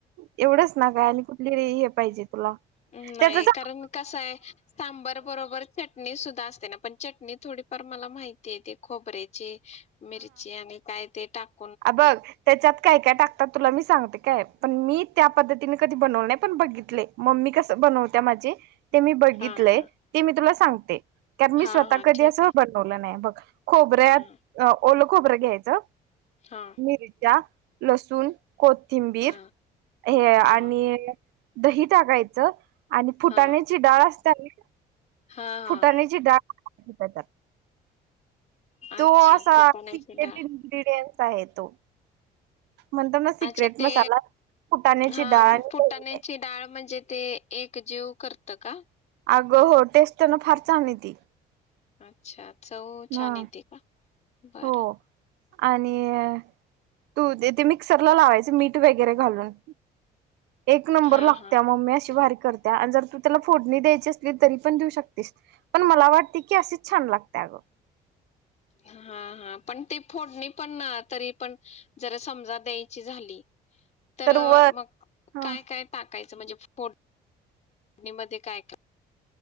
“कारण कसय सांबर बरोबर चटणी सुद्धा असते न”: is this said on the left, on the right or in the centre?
Left